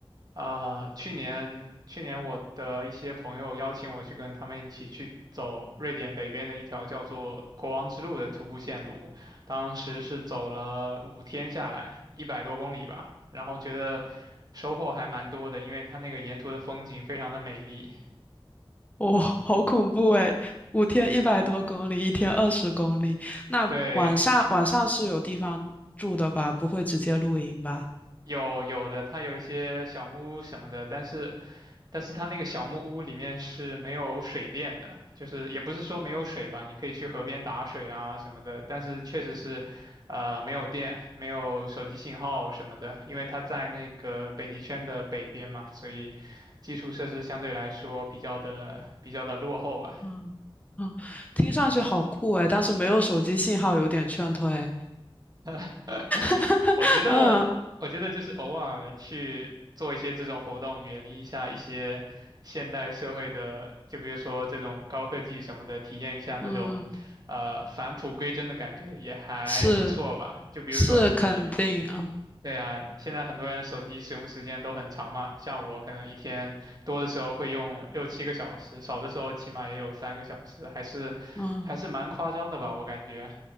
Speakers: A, on the right; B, on the left.
A: 啊、去年去年我的一些朋友邀请我去跟他们一起去走瑞典北边的一条叫做国王之路的徒步线路，当时是走了五天下来，一百多公里吧，然后觉得收获还蛮多的，因为它那个沿途的风景非常的美丽。
B: 我、好恐怖诶，五天一百多公里，一天二十公里。那晚上晚上是有地方住的吧？
A: 对，
B: 不会直接露营吧？
A: 有有的，它有一些小木屋什么的，但是但是它那个小木屋里面是没有水电的，就是也不是说没有水吧，你可以去河边打水啊什么的，但是确实是，呃，没有电，没有手机信号什么的，因为它在那个北极圈的北边嘛，所以基础设施相对来说比较的比较的落后吧。
B: 嗯嗯，听上去好酷诶，但是没有手机信号有点劝退。
A: <laughs>
B: <laughs>
A: 我觉得，
B: 嗯
A: 我觉得就是偶尔去做一些这种活动，远离一下一些现代社会的，就比如说这种高科技什么的，体验一下那种，
B: 嗯，
A: 呃，返璞归真的感觉也还不错吧。
B: 是
A: 就比如说你，
B: 是肯定，嗯
A: 对啊，现在很多人手机使用时间都很长嘛，像我可能一天多的时候会用六七个小时，少的时候起码也有三个小时，还是
B: 嗯
A: 还是蛮夸张的吧，我感觉。